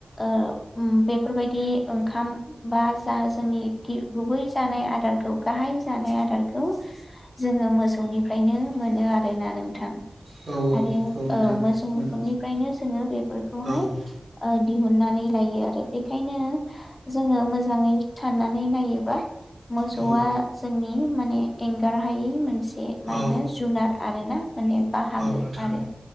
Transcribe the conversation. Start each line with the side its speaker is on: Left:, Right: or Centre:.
Left: ओ ओम बेफोरबायदि। ओंखाम बा जा जोंनि गुबै जानाय आदारखौ गाहाय जानाय आदारखौ। जोङो मोसौनिफ्रायनो मोनो आरोना नोंथां।
Right: औ।
Left: आरो
Right: नोंथां
Left: औ मोसौ मोखनिफ्रायनो
Right: उम
Left: जोङो बेफोरखौहाय
Right: औ उम
Left: ओ दिहुननानै। लायो आरो बेखायनो जोङो मोजाङै साननानै नायोबा। मोसौआ
Right: औ
Left: जोंनि माने एंगारहायि मोनसे मा
Right: औ
Left: होनो जुनार। आरो ना माने बाहागो
Right: औ नोंथां
Left: आरो।